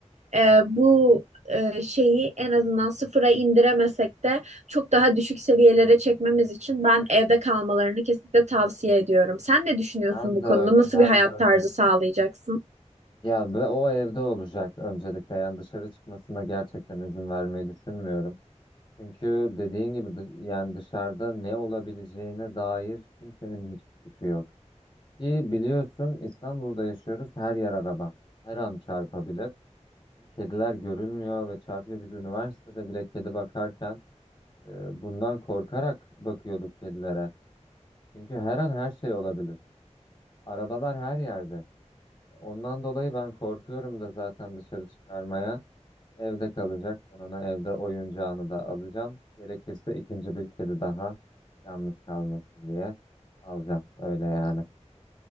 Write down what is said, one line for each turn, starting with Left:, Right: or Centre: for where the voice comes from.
Right: e, bu e, şeyi en azından sıfıra indiremesek de çok daha düşük seviyelere çekmemiz için ben evde kalmalarını kesinlikle tavsiye ediyorum. Sen ne düşünüyorsun
Left: ben
Right: bu
Left: de
Right: konuda?
Left: öyle
Right: Nasıl
Left: ben
Right: bir hayat
Left: de öyle
Right: tarzı sağlayacaksın?
Left: ya ve o evde olacak öncelikle yani dışarı çıkmasına gerçekten izin vermeyi düşünmüyorum çünkü dediğin gibi dış- yani dışarıda ne olabileceğine dair kimsenin hiçbir fikri yok ki biliyorsun İstanbul'da yaşıyoruz her yer araba her an çarpabilir kediler görülmüyor ve çarpıyor biz üniversitede bile kedi bakarken E, bundan korkarak bakıyorduk kedilere. Çünkü her an her şey olabilir. Arabalar her yerde. Ondan dolayı ben korkuyorum da zaten dışarı çıkarmaya. Evde kalacak. Ben ona evde oyuncağını da alacağım. Gerekirse ikinci bir kedi daha yalnız kalmasın diye alacağım. Öyle yani.